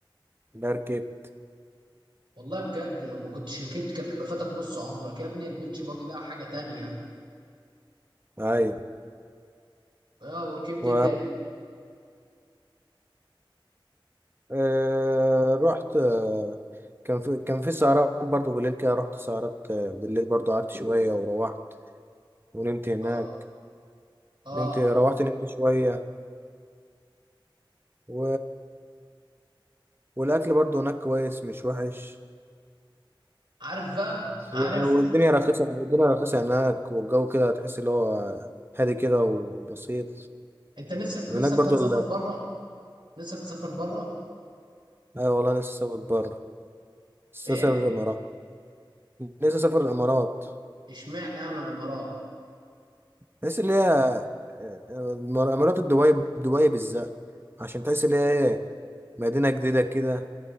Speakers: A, on the right (about 25°); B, on the right (about 65°).
A: لا ركبت
B: والله بجد لو ما كنتش ركبت كان هيبقى فاتك نص عمرك يا ابني البيتش باجي ده حاجة تانية
A: ايوه
B: اه وركبت
A: و...
B: ايه تاني؟
A: آه... رحت آه... كان في كان في سهرات برضو بالليل كده رحت سهرات آه، بالليل برضو قعدت شوية وروحت ونمت هناك
B: اه اه
A: نمت روحت نمت شوية و... والأكل برضو هناك كويس مش وحش
B: عارف بقى عارف
A: و... والدنيا رخيصة والدنيا رخيصة هناك والجو كده تحس اللي هو هادي كده وبسيط
B: انت نفسك
A: وهناك
B: نفسك
A: برضو
B: بقى تسافر
A: ال...
B: بره نفسك تسافر بره
A: أيوة والله لسه سافر بره لسه
B: ايه
A: سافر الإمارات لسه سافر الإمارات
B: اشمعنى انا الامارات
A: تحس اللي هي مر- مرات دبي دبي بالذات عشان تحس اللي هي ايه مدينة جديدة كده